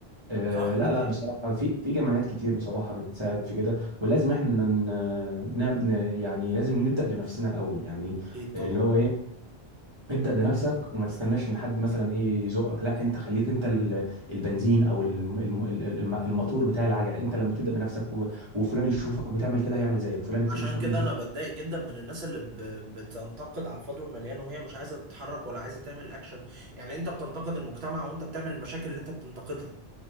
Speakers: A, on the right; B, on the right.
A: آه،
B: صح ده
A: لا
B: حقيقي.
A: لا بصراحه في في جمعيات كتير بصراحه بتساعد في كده ولازم احنا ن- نعم ن- يعني لازم نبدا بنفسنا الاول يعني
B: أكيد
A: اللي
B: طبعا
A: هو ايه ابدأ بنفسك وما تستناش
B: مم.
A: ان حد مثلا ايه يزقك لا انت خليك انت ال- البنزين او الم- الم- الم- الموتور بتاع العجله انت لما تبدأ
B: مم.
A: بنفسك و- وفلان يشوفك بتعمل كده هيعمل زيك فلان التاني
B: عشان
A: يشوفك
B: كده
A: يشوف
B: أنا بتضايق جدا من الناس اللي ب... بتنتقد على الفاضي والمليان وهي مش عايزة تتحرك ولا عايزة تعمل أكشن يعني أنت بتنتقد المجتمع وأنت بتعمل المشاكل اللي أنت بتنتقدها